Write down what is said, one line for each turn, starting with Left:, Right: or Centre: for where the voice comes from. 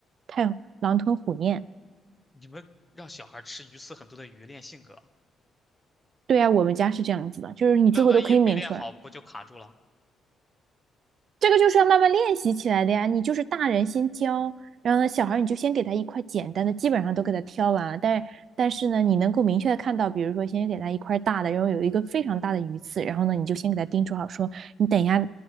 Right: 太狼吞虎咽。
Left: 你们让小孩吃鱼刺很多的鱼练性格，
Right: 对啊，我们家是这样子的，就是你最后都可以抿来。
Left: 那万一没练好不就卡住了？
Right: 这个就是要慢慢练习起来的呀。你就是大人先教，然后呢，小孩你就先给他一块简单的，基本上都给他挑完。但是但是呢，你能够明确的看到，比如说先给他一块大的，然后有一个非常大的鱼刺，然后呢，你就先给他叮嘱好说，你等一下，